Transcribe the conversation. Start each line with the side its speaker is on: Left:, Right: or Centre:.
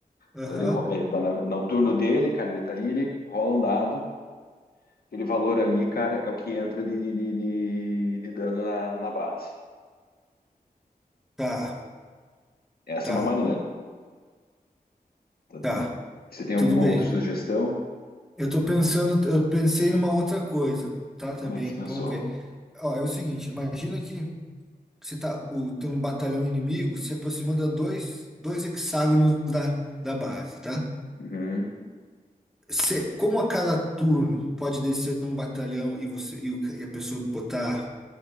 Centre: Aham.
Left: Então ele, ro- ele tá na- no turno dele, cara, ele tá ali, ele rola um dado. Aquele valor ali, cara, é o que entra de, de, de, de dano na, na base.
Centre: Tá,
Left: Essa
Centre: tá,
Left: é uma maneira. Tá?
Centre: tá.
Left: Você tem
Centre: Tudo
Left: alguma
Centre: bem.
Left: outra sugestão?
Centre: Eu tô pensando, eu pensei numa outra coisa, tá? Também,
Left: Como é que você pensou?
Centre: vamos ver. Ó, é o seguinte, imagina que você tá, o, tem um batalhão inimigo se aproximando a dois, dois hexágonos da, da base, tá?
Left: Uhum,
Centre: Você, como a cada turno pode descer um batalhão e você e, o e a pessoa botar